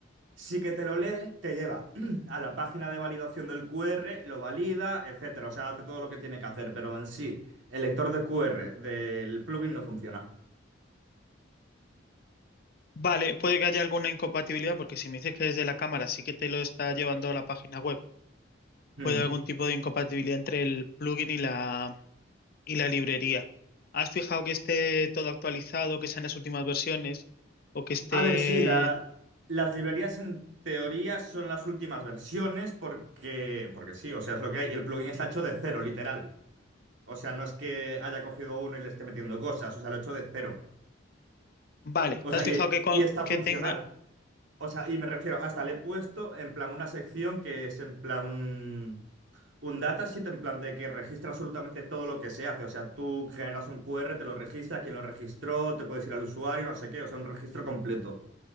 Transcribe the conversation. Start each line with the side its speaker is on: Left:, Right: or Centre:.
Right: sí que te lo lee, te lleva <clears throat> a la página de validación del QR, lo valida, etcétera. O sea, hace todo lo que tiene que hacer, pero en sí, el lector de QR del plugin no funciona.
Left: vale, puede que haya alguna incompatibilidad porque si me dices que desde la cámara sí que te lo está llevando a la página web,
Right: Hmm.
Left: puede haber algún tipo de incompatibilidad entre el plugin y la, y la librería. ¿Has fijado que esté todo actualizado, que sean las últimas versiones o que esté...
Right: A ver, sí, la- las librerías en teoría son las últimas versiones porque, porque sí, o sea, es lo que hay. El plugin está hecho de cero, literal. O sea, no es que haya cogido uno y le esté metiendo cosas, o sea, lo he hecho de cero.
Left: Vale,
Right: O
Left: ¿te
Right: sea,
Left: has
Right: y,
Left: fijado que, co-
Right: y está
Left: que
Right: funcional.
Left: tenga...
Right: O sea, y me refiero, hasta le he puesto en plan una sección que es en plan un, un datasheet, en plan de que registra absolutamente todo lo que se hace. O sea, tú generas un QR, te lo registra, quién lo registró, te puedes ir al usuario, no sé qué, o sea, un registro completo.